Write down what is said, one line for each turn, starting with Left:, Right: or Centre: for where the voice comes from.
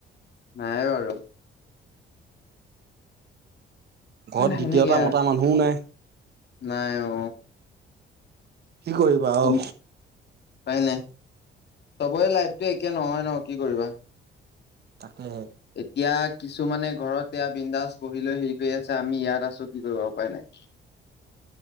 Left: নাই বাৰু
Right: ঘৰত
Left: সেনেকে
Right: দ্বিতীয়টা মতা
Left: আৰু
Right: মানুহো নাই
Left: নাই অ
Right: কি কৰিবা অ
Left: উপাই নাই চবৰে লাইফটো একে নহয় ন কি কৰিবা
Right: তাকেহে।
Left: এতিয়া কিছুমানে ঘৰত এয়া বিন্দাস বহি লৈ হেৰি কৰি আছে আমি ইয়াত আছো কি কৰিবা উপাই নাই